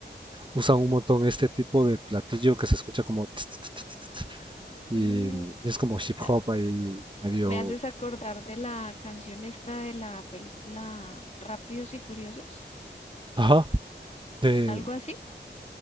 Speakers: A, on the right; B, on the left.
A: usan un montón este tipo de platillo que se escucha como tss, tss, tss, tss, tss, y
B: Mm,
A: mm, es como hip
B: ah,
A: hop ahí medio,
B: me haces acordar de la canción esta de la película Rápidos y Furiosos,
A: ajá, de-
B: algo así.